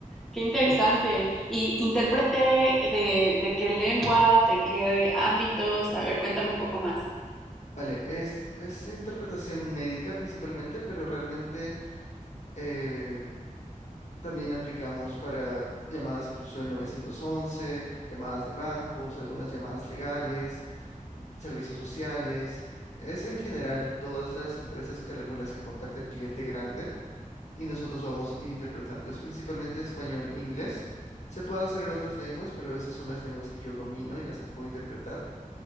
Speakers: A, in the centre; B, on the left.
A: qué interesante. Y intérprete de, de qué lenguas, en qué ámbitos. A ver, cuéntame un poco más.
B: Vale, es, es interpretación médica principalmente, pero realmente eh, También aplicamos para llamadas incluso del 911, llamadas de bancos, algunas llamadas legales, servicios sociales. Es en general todas las empresas que- con las que contacta el cliente grande y nosotros vamos interpretando. Es principalmente español e inglés. Se puede hacer en otras lenguas, pero esas son las lenguas que yo domino y las que puedo interpretar.